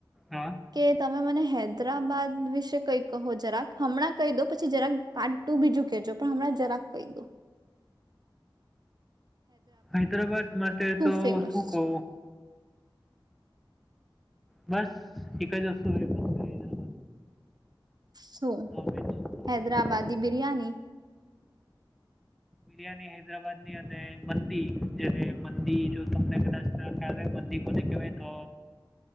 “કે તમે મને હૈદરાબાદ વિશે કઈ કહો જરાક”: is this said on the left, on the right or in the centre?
Right